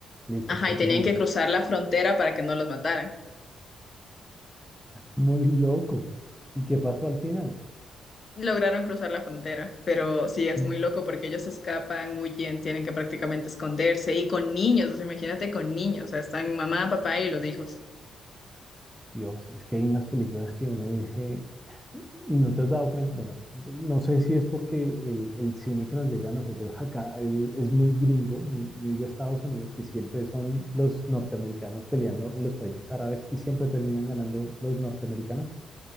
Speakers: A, in the centre; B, on the left (about 45°).
A: Listo,
B: Ajá,
A: cuéntame
B: y tenían
A: más.
B: que cruzar la frontera para que no los mataran.
A: Muy loco. ¿Y qué pasó al final?
B: Lograron cruzar la frontera, pero sí es
A: Como,
B: muy loco porque ellos escapan, huyen, tienen que prácticamente esconderse y con niños, o sea, imagínate con niños, o sea, están mamá, papá y los hijos.
A: Dios, es que hay unas películas que uno dice y no te has dado cuenta. Bueno, no sé si es porque el, el cine que nos llega a nosotros acá el- es, muy gringo, muy, muy de Estados Unidos, que siempre son los norteamericanos peleando en los países árabes y siempre terminan ganando los norteamericanos.